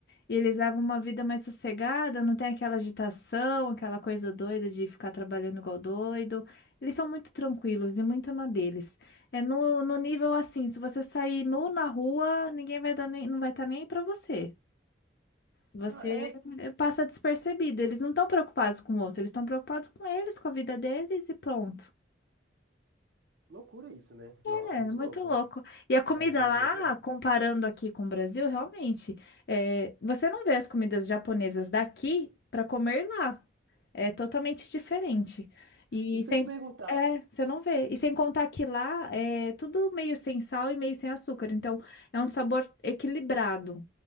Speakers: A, on the left; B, on the right.
A: E eles levam uma vida mais sossegada, não tem aquela agitação, aquela coisa doida de ficar trabalhando igual doido. Eles são muito tranquilos e muito na deles. É no, no nível assim, se você sair nu na rua, ninguém vai dar nem, não vai estar nem aí pra você. Você
B: Não, é
A: eh, passa despercebido. Eles não estão preocupados com o outro, eles estão preocupados com eles, com a vida deles e pronto.
B: loucura isso, né?
A: É,
B: Nossa, muito
A: muito
B: louco.
A: louco. E a comida
B: É, isso é muito
A: lá,
B: louco mesmo.
A: comparando aqui com o Brasil, realmente, é, você não vê as comidas japonesas daqui para comer lá. É totalmente diferente. E
B: Isso
A: sem,
B: que eu ia te perguntar.
A: é, você não vê. E sem contar que lá é tudo meio sem sal e meio sem açúcar. Então, é um sabor equilibrado.